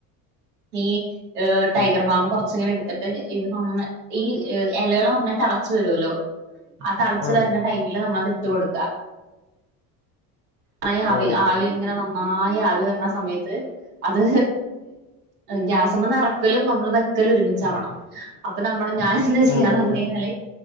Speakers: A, on the right; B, on the left.
A: നീയ് ഈഹ് ടൈഗർ
B: ശരി
A: ബാം കൊർ ച്ചിങ്ങനെടുത്തിട്ട് ഇത് നന്ന ഈ എലകള് നന്നായി തെളച്ചു വരുവല്ലോ <inaudible> ആ തളച്ചു
B: ആഹ്
A: വരുന്ന ടൈമില് നമ്മളത് ഇട്ട് കൊടക്കാ മയ ആവി
B: ഓ
A: ആവിങ്ങനെ വന്ന് നന്നായി ആവി വരണ സമയത്ത് അത് ഗ്യാസമ്മന്നറക്കലും നമ്മള് വെക്കലും ഒരുമിച്ചാവണം. അപ്പൊ നമ്മ അപ്പ ഞാനെന്താ
B: ഉം
A: ചെയ്യാന്ന് പറഞ്ഞ് കയിഞ്ഞാല്